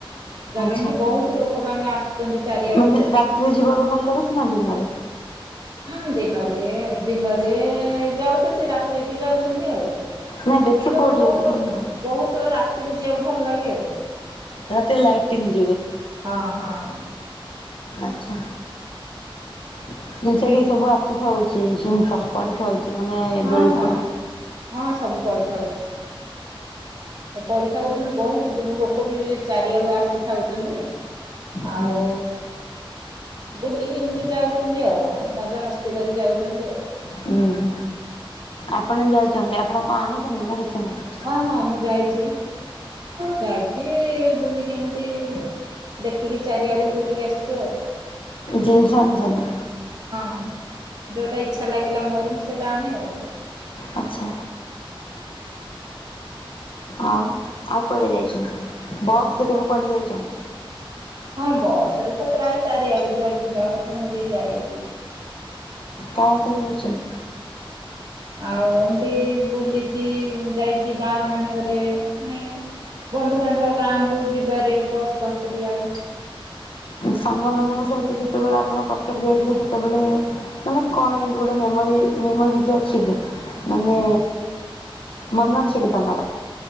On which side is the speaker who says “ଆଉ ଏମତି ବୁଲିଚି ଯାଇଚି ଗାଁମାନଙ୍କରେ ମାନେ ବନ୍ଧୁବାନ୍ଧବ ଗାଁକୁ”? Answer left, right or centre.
Right